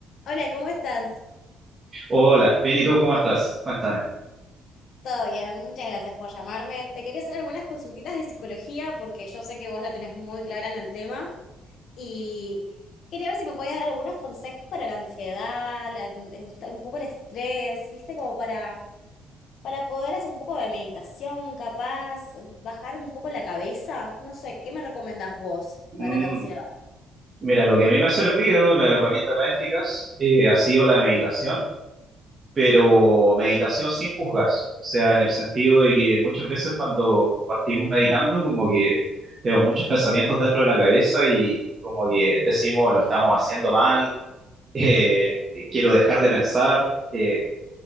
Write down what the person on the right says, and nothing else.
Hola, bien, ¿y tú cómo estás? Cuéntame.
Mm,
mira, lo que a mí me ha servido, la herramienta más eficaz, eh, ha sido la meditación, pero meditación sin juzgarse. O sea, en el sentido de que muchas veces cuando partimos meditando, como que tenemos muchos pensamientos dentro de la cabeza y como que decimos, lo estamos haciendo mal, <laughs> eh, quiero dejar de pensar. eh,